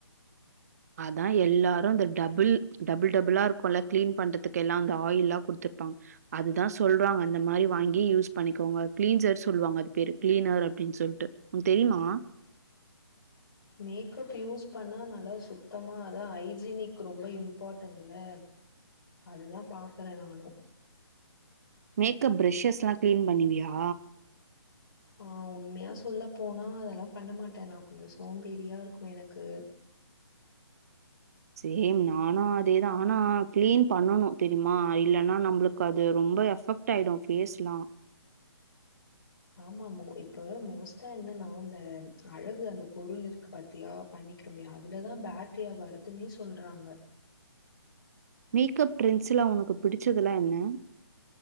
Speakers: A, on the right; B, on the left.
A: அதா எல்லாரு அந்த டபுள் டபுள் டபுளா இருக்குல்ல கிளீன் பண்றதுக்கு எல்லா அந்த ஆயில்லா குடுத்துருப்பாங்க அதுதா சொல்றாங்க அந்த மாரி வாங்கி யூஸ் பண்ணிக்கோங்க கிளீன்சர் சொல்லுவாங்க அது பேரு கிளீனர் அப்டின்னு சொல்ட்டு உனக்கு தெரியுமா
B: மேக்கப் யூஸ் பண்ணா நல்லா சுத்தமா அதா ஹைஜீனிக் ரொம்ப இம்பார்டன்ல அதுதா பாக்குறே நானு
A: மேக்கப் பிரஷஸ்ஸெல்லா கிளீன் பண்ணவியா
B: ஆஹ் உண்மையா சொல்ல போனா அதெல்லா பண்ணமாட்டே நா கொஞ்சோ சோம்பேரியா இருக்கு எனக்கு
A: சேம் நானு அதேதா ஆனா கிளீன் பண்ணணு தெரியுமா இல்லேன்னா நம்மளுக்கு அது ரொம்ப எஃபெக்ட்டாயிடு ஃபேஸ்ஸெல்லா
B: ஆமாமமோ இப்ப மோஸ்ட்டா என்னன்னா அந்த அழகு அந்த பொருள் இருக்கு பாத்தியா பண்ணிக்கிறோமே அதுலதா பேக்ட்ரியா வருதுன்னே சொல்றாங்க
A: மேக்கப் ட்ரெண்ட்ஸ்லா உனக்கு பிடிச்சதுலா என்ன